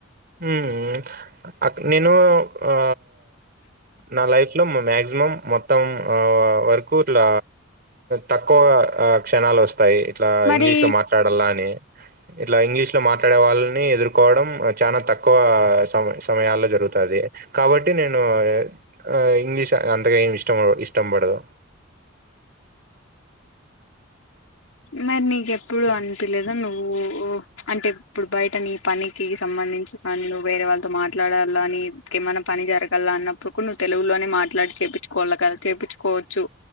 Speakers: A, on the right; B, on the left.
A: ఉమ్ అక్ నేనుూ ఉ నా లైఫ్ లో మ మ్యాక్సిమం మొత్తం వ వరకు ఇట్ల తక్కువ క్షణాలొస్ తయ్ ఇట్లా
B: మరి
A: ఇంగ్లీష్ లో మాట్లాడల్లా అని ఇట్ల ఇంగ్లీష్ లో మాట్. ఈడ వాల్ ని ఎదుర్కోడం వ చానా తక్కువ సమ సమయాల్లో జరుగుతాది కాబట్టి నేను ఎ అ ఇంగ్లీష్ అంతగా ఏమిష్టము ఇష్టంబడదు.
B: మర్ నీకెప్పుడు అన్పిలేదా నువ్వూ ఉ అంటె ఇప్పుడు బయట నీ పనికి సంబంధించి కానీ నువ్ వేరే వాళ్తో మాట్లాడాల్లానీ ఏమన పని జరగల్ల అన్నప్పుడు కూడ్ నువ్ తెలుగులోనే మాట్లాడి చేపిచ్చుకోల్ల కద చేపించుకోచ్చు.